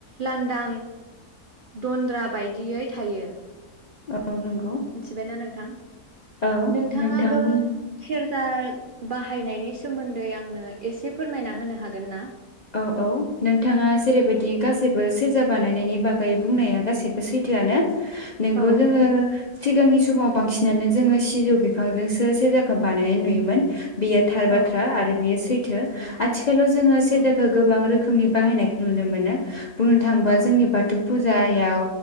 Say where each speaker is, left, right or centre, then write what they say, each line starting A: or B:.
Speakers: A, on the right; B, on the left.
A: लान्दां दन्द्रा बायदियै थायो।
B: औ नंगौ
A: मिथिबायना नोंथां?
B: औ
A: नोंथाङाबो
B: नोंथां बुं
A: सेर रजा बाहायनायनि सोमोन्दै आंनो एसे फोरमायना होनो हागोन ना?
B: औ औ नोंथाङा जेरैबायदि गासैबो सोर रजा बानायनायनि बागै बुंनाया गाससिबो सैथोआनो। नोंगौ
A: औ
B: जोङो
A: औ
B: सिगांनि समाव बांसिनानो जोङो सिजौ बिफांजोंसो सेरजाखो बानायनाय नुयोमोन। बेयो थार बाथ्रा
A: औ
B: आरो बेयो सैथो
A: औ
B: आथिखालाव जोङो सेरजा
A: औ
B: गोबां रोखोमनि बाहायनायखौ नुनो मोनो। बुंनो थाङोब्ला
A: औ
B: जोंनि बाथौ फुजायाव